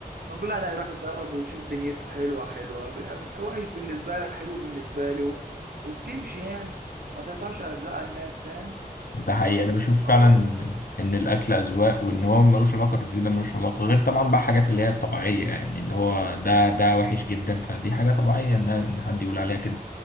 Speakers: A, on the right; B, on the left.
A: ما كل واحد هيروح يجرب ويشوف دنيته حلوه حلوه وحش بالنسبه لك حلو بالنسبه لي و... وبتمشي يعني ما تقطعش ارزاق على الناس فاهم
B: ده حقيقي
A: انا ضد
B: انا بشوف
A: الحوار
B: فعلا
A: ده
B: ان
A: يعني
B: إن الاكل اذواق وان هو ملوش علاقه الريفيو ده ملوش علاقه غير طبعا بقى حاجات اللي هي الطبيعيه يعني اللي هو ده ده وحش جدا فدي حاجه طبيعيه ان إن حد يقول عليها كده